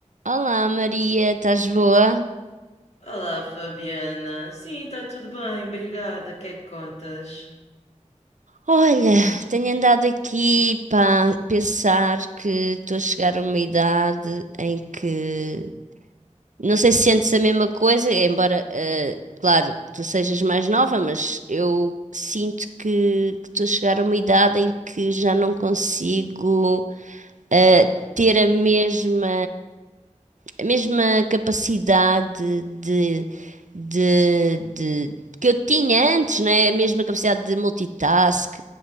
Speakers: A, on the right; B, on the left.
A: Olá Maria, estás boa?
B: Olá, Fabiana. Sim, está tudo bem, obrigada. O Que é que contas?
A: Olha, tenho andado aqui para pensar que estou a chegar a uma idade em que não sei se sentes a mesma coisa, embora, eh, claro, tu sejas mais nova, mas eu sinto que que estou a chegar a uma idade em que já não consigo. eh, ter a mesma, a mesma capacidade de, de, de- que eu tinha antes, não é? A mesma capacidade de multitask,